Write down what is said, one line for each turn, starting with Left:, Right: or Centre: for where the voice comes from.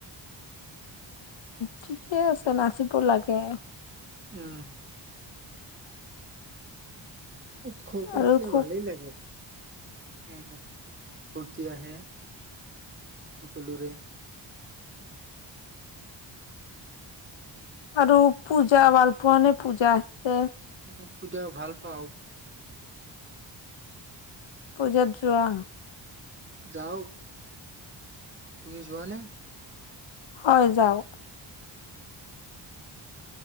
Left: ঠিকে আছে নাচিব লাগে
Right: উম। উৎসৱ পাতিলে
Left: আৰু খুব
Right: ভালেই লাগে। ৰ্ফুটি আহে সকলোৰে
Left: আৰু পূজা ভাল পোৱা নে পূজা আহিছে।
Right: <unintelligible> ভাল পাও
Left: পূজাত যোৱা
Right: যাওঁ তুমি যোৱা নে?
Left: হয় যাওঁ